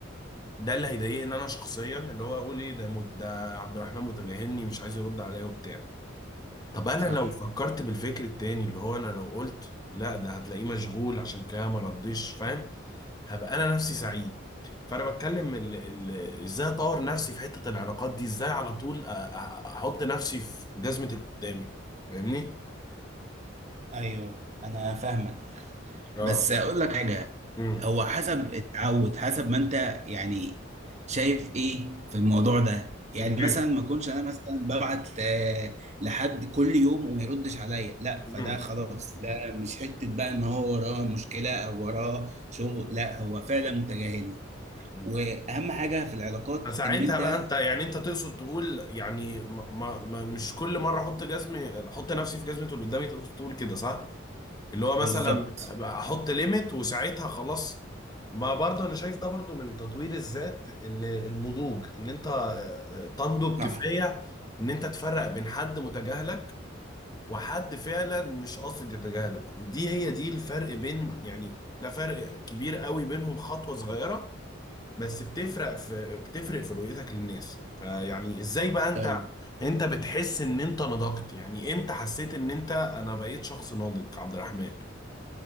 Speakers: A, on the left; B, on the right.
A: ده اللي هيضايقني انا شخصيا اللي هو اقول ايه ده مت- ده عبد الرحمن متجاهلني مش عايز يرد عليا وبتاع طب انا
B: صح
A: لو فكرت بالفكر التاني اللي هو انا لو قلت لا ده هتلاقيه مشغول عشان كده ما ردش فاهم هبقى انا نفسي سعيد فانا بتكلم ال- ال- ازاي اطور نفسي في حتة العلاقات دي ازاي على طول أ- أ- احط نفسي في جزمة اللي قدامي فاهمني
B: ايوه انا فاهمك
A: اه
B: بس اقول لك حاجة
A: امم
B: هو حسب التعود حسب ما انت يعني شايف ايه في الموضوع ده يعني
A: اوكي
B: مثلا ما اكونش انا مثلا ببعت آه، لحد كل يوم وما يردش عليا لا
A: امم
B: فده خلاص ده مش حتة بقى ان هو وراه مشكلة او وراه شغل لا هو فعلا متجاهلني
A: أمم.
B: واهم حاجة في العلاقات
A: فساعتها
B: ان انت
A: بقى انت يعني انت تقصد تقول يعني ما ما ما- مش كل مره احط جزمه احط نفسي في جزمه اللي قدامي تقصد تقول كده صح؟ اللي هو
B: بالظبط
A: مثلا بقى احط ليميت وساعتها خلاص ما برضه انا شايف ده برضه من تطوير الذات ان النضوج ان انت آه، آه، تنضج
B: صح
A: كفايه ان انت تفرق بين حد متجاهلك وحد فعلا مش قاصد يتجاهلك ودي هي دي الفرق بين يعني ده فرق كبير قوي بينهم خطوة صغيرة بس بتفرق في بتفرق في رؤيتك للناس فيعني ازاي بقى انت
B: تمام
A: انت بتحس ان انت نضجت يعني امتى حسيت ان انت انا بقيت شخص ناضج عبد الرحمن